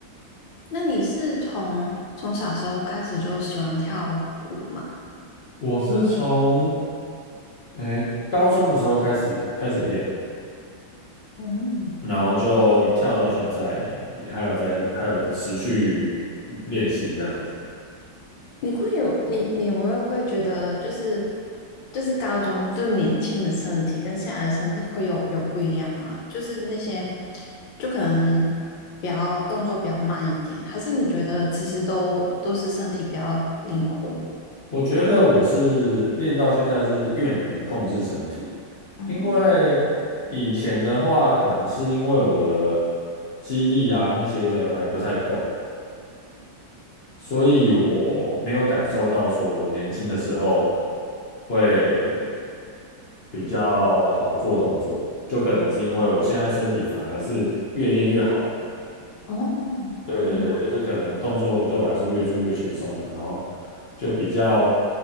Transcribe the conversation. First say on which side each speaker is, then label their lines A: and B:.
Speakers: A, on the left; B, on the left.
A: 那你是从从小时候开始就喜欢跳舞吗？
B: 我是从诶高中的时候开始开始练，
A: 嗯。
B: 然后就跳到现在，也还有在还有持续练习这样子。
A: 你会有你你有没有会觉得就是就是高中就是年轻的身体跟现在的身体会有有不一样吗？就是那些就可能比较动作比较慢一点，还是你觉得其实都都是身体比较灵活的？
B: 我觉得我是练到现在是越能控制身体，
A: 嗯，
B: 因为以前的话可能是因为我的肌力啊那些的还不太够。所以我没有感受到说我年轻的时候会比较好做动作，就可能是因为我现在身体反而是越练越好了。
A: 哦，
B: 对对对，
A: 明白
B: 就是可能动作对我来说越做越轻松了，然后就比较